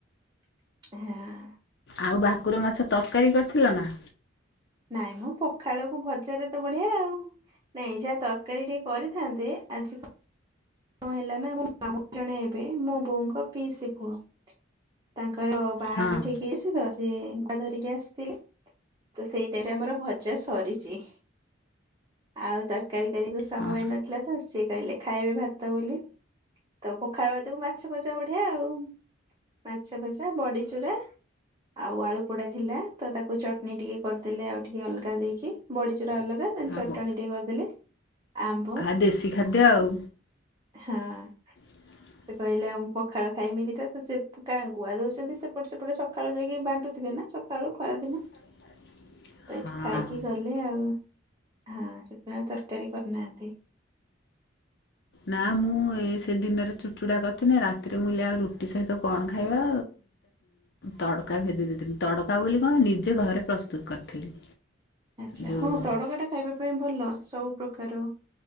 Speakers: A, on the right (about 25°); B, on the left (about 55°).
A: ହଁ।
B: ଆଉ ଭାକୁର ମାଛ ତରକାରୀ କରିଥିଲ ନା?
A: ନାଇଁ ମ ପଖାଳକୁ ଭଜାରେ ତ ବଢ଼ିଆ ଆଉ। ନାଇଁ ଯାହା ତରକାରୀ ଟିକେ କରିଥାନ୍ତେ ଆଜି କଣ ହେଲା ନା ମୋ ମାମୁ ଜଣେ ଏବେ ମୋ ବୋଉଙ୍କ ପିଇସି ପୁଅ ତାଙ୍କର ବାହାଘର
B: ହଁ
A: ଠିକ୍ ହେଇଚି ତ ସେ <unintelligible> ଧରିକି ଆସିଥିଲେ ତ ସେଇଟାରେ ଆମର ଭଜା ସରିଚି। ଆଉ ତରକାରୀ କରୀ କୁ ସମୟ
B: ହଁ
A: ନଥିଲା ତ ସିଏ କହିଲେ ଖାଇବେ ଭାତ ବୋଲି ତ ପଖାଳ ଭାତକୁ ମାଛ ଭଜା ବଢ଼ିଆ ଆଉ ମାଛ ଭଜା ବଡ଼ି ଚୁରା। ଆଉ ଆଳୁ ପୋଡ଼ା ଥିଲା ତ ତାକୁ ଚଟଣି ଟିକେ କରିଦେଲେ ଆଉ ଟିକେ ଅଲଗା ଦେଇକି ବଡ଼ି ଚୁରା ଅଲଗା।
B: ଆଉ
A: ଚଟଣି ଟିକେ କରିଦେଲେ ଆମ୍ବ
B: ଆ ଦେଶୀ ଖାଦ୍ୟ ଆଉ।
A: ହଁ।
B: <inaudible>
A: ସେ କହିଲା ଆ ମୁଁ ପଖାଳ ଖାଇମି ଦିଟା <unintelligible> ଗୁଆ ଦଉଛନ୍ତି ସେପଟେ ସେପଟେ ସକାଳୁ ଯାଇକି ବାଣ୍ଟୁଥିବେ ନା ତଳୁ ଖରାଦିନ।
B: <unintelligible>
A: ତ ଏଠି
B: ହଁ
A: ଖାଇକି ଗଲେ ଆଉ ହଁ ସେଥିପାଇଁ ତରକାରୀ କରୁନାହାନ୍ତି।
B: ନା ମୁଁ ଏ ସେ ଦିନରେ ଚୁଡ଼ଚୁଡା କରିଥିଲିନି ରାତିରେ ମୁଁ ଆଉ ରୁଟି ସହିତ କଣ ଖାଇବା। ତଡକା ଭେଦେଇ ଦେଇଥିଲି ତଡକା ବୋଲି କଣ ନିଜେ ଘରେ ପ୍ରସ୍ତୁତ କରିଥିଲି।
A: ଆଚ୍ଛା
B: ଯେଉଁ
A: ହଁ ତଡକା ଟା ଖାଇବା ପାଇଁ ଭଲ ସବୁ ପ୍ରକାର